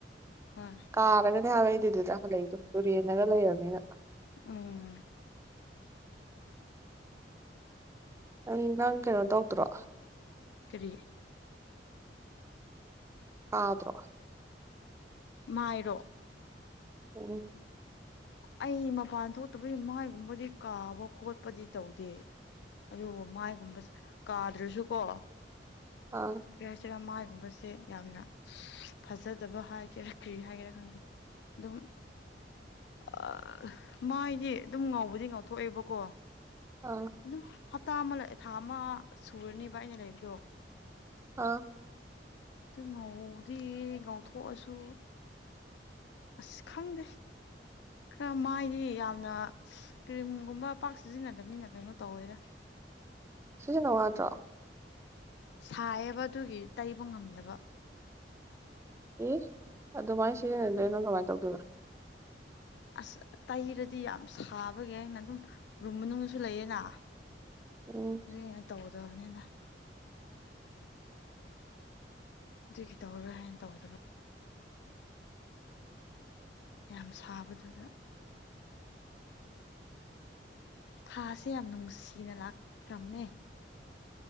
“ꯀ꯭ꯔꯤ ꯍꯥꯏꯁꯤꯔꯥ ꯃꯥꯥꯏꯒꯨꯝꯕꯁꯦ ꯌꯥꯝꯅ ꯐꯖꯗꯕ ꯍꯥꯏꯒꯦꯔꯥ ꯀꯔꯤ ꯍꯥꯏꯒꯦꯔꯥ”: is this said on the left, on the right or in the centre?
Left